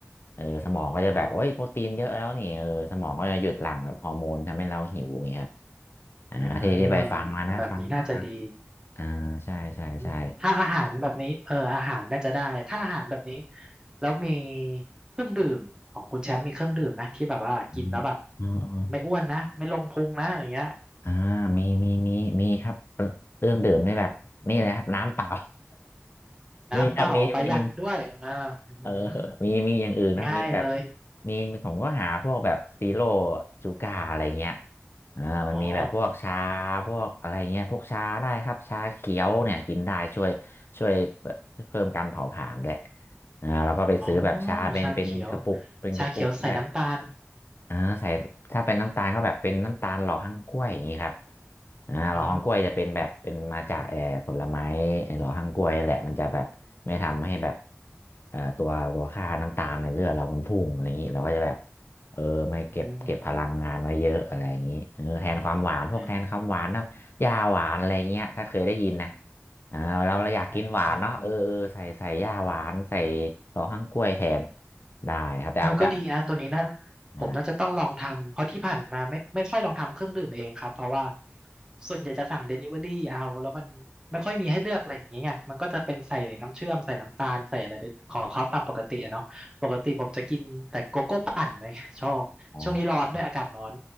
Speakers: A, on the left; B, on the right.
A: เออสมองก็จะแบบโอ้ยโปรตีนเยอะแล้วนี่เออสมองก็จะหยุดหลั่งแบบฮอร์โมนทำให้เราหิวอย่างเงี้ยครับ
B: โอ้
A: อ่าที่ที่ไปฟังมานะฟังฟัง
B: อ่าแบบนี้น่าจะดี
A: อ่าใช่ใช่ใช่
B: อืมถ้าอาหารแบบนี้เอออาหารน่าจะได้ถ้าอาหารแบบนี้แล้วมีเครื่องดื่มของคุณแชมป์มีเครื่องดื่มไหมที่แบบว่ากินแล้วแบบ
A: อืมอ๋ออ๋อ
B: ไม่อ้วนนะไม่ลงพุงนะอย่างเงี้ย
A: อ่ามีมีมีมีครับเอ่อเครื่องดื่มนี่แบบนี่เลยครับน้ำเปล่า <laughs>
B: น้ำเปล่าประหยัดด้วยนะอืม
A: มีครับมีมี <laughs> เออมีมีอย่างอื่นนะครับมีแบบ
B: ง่ายเลย
A: มีมีผมก็หาพวกแบบซีโร่ชูการ์อะไรเงี้ยอ่ามันมีแบบพวกชา
B: อ๋อ
A: พวกอะไรเงี้ยพวกชาได้ครับชาเขียวเนี่ยกินได้ช่วยช่วยเพิ่มการเผาผลาญด้วยอ่าเราก็ไปซื้อแบบชาเป็นเป็นกระปุกเป็นกระปุกได้
B: อ๋อชาเขียวชาเขียวใส่น้ำตาล
A: อ่าใส่ถ้าเป็นน้ำตาลก็แบบเป็นน้ำตาลหล่อฮั่งกล้วยอย่างนี้ครับอ่าหล่อฮั่งกล้วยจะเป็นแบบเป็นมาจากเอ่อผลไม้ไอ้หล่อฮั่งกล้วยแหละมันจะแบบไม่ทำให้แบบ
B: อ๋อ
A: เอ่อตัวตัวค่าน้ำตาลในเลือดเรามันพุ่งอะไรอย่างนี้เราก็จะแบบเออไม่เก็บเก็บพลังงานไว้เยอะอะไรอย่างนี้เออแทนความหวานพวกแทนความหวานนะยาหวานอะไรเงี้ยถ้าเคยได้ยินนะ
B: อืมอ่า
A: อ่าเราเราอยากกินหวานเนาะเออเออใส่ใส่ยาหวานใส่
B: อ่
A: หล่อฮั่งกล้วยแทนได้ครับแต่อาจจะ
B: เออก็ดีนะตัวนี้นั่น
A: อ่า
B: ผมน่าจะต้องลองทำเพราะที่ผ่านมาไม่ไม่ค่อยลองทำเครื่องดื่มเองครับเพราะว่าส่วนใหญ่จะสั่งเดลิเวอรี่เอาแล้วมันไม่ค่อยมีให้เลือกอะไรอย่างเงี้ยไงมันก็จะเป็นใส่น้ำเชื่อมใส่น้ำตาลใส่อะไรไปของเขาตามปกติอะเนาะปกติผมจะกินแต่โกโก้ปั่นเลยชอบช่วงนี้ร้อนด้วยอากาศร้อน
A: อ๋อ